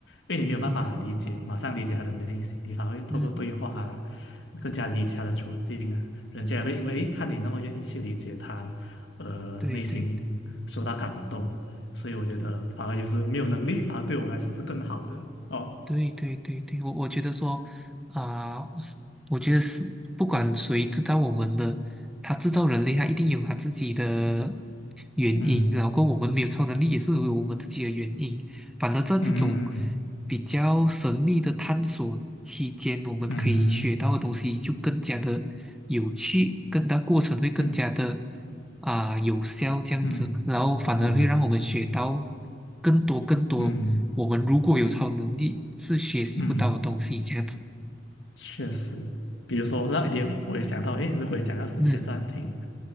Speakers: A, on the left (about 85°); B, in the centre.
A: 因为你没有办法理解，
B: 是是，
A: 马上理解他的内心，你反而会透过对话啊，
B: 嗯。
A: 更加理解他的处境啊，人家也会因为，诶，看你那么愿意去理解他。呃内心受到感动，
B: 对对
A: 所以我觉得反而有时没有能力，反而对我来说是更好的哦。
B: 对对对对，我我觉得说啊、我觉得是不管谁制造我们的，他制造人类，他一定有他自己的原因，
A: 嗯
B: 然后我们没有超能力也是有我们自己的原因。反而在这种
A: 嗯
B: 比较神秘的探索期间，我们可以学到的东西就更加的有趣，
A: 嗯
B: 更它过程会更加的
A: 嗯
B: 啊、有效这样子，
A: 嗯是啊，
B: 然后反而会让我们学到更多更多我们如果有超能力是学习不到的东西这样子。
A: 嗯嗯嗯嗯嗯嗯嗯嗯确实，比如说那一点我也想到，诶，如果你讲要时间暂停，
B: 嗯